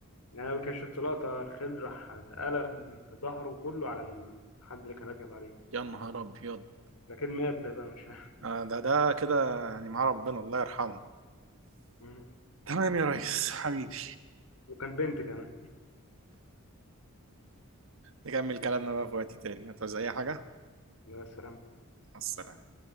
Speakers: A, on the left; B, on the right.
A: يعني انا كان شفت لقطه الخيل راح اتقلب ظهره كله على الحد اللي كان راكب عليه
B: يا نهار ابيض
A: لكن مات ده بقى مش عارف
B: آه ده ده كده يعني مع ربنا الله يرحمه
A: مم.
B: تمام يا ريس حبيبي
A: وكان بنت كمان
B: نكمل كلامنا بقى في وقت تاني هتعوز اي حاجة
A: يا سلام
B: مع السلامة